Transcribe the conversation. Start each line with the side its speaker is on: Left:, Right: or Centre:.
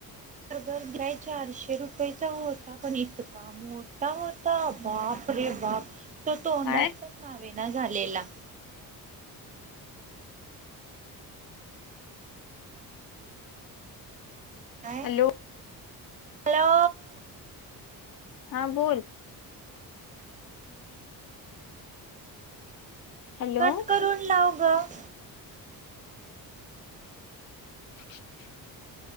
Right: <unintelligible> चारशे रुपयेचा होता पण इतका मोठ होतां बापरे बापरे तो तोंडांत
Left: काय
Right: पणं चावेनां झालेला कायं
Left: हॅलो
Right: हॅलो
Left: हां बोलं हॅलो
Right: कंट करूंन लांव गं
Left: <unintelligible>